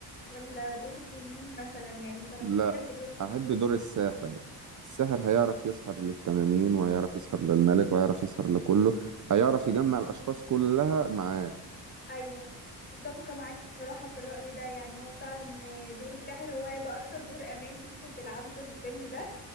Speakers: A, on the left (about 25°); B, on the right (about 50°).
A: ولا دور تنين مثلا يعني انت لو
B: لا
A: هتحب دور مي-
B: احب
A: فيهم
B: دور الساحر الساحر هيعرف يسحر للتنانين وهيعرف يسحر للملك وهيعرف يسحر لكله هيعرف يجمع الاشخاص كلها معاه
A: ايوه متفقه معاك بصراحه في الراي ده يعني هو فعلا آه، دور الساحر هو هيبقى اكتر دور امان ممكن تلعبه في الفيلم ده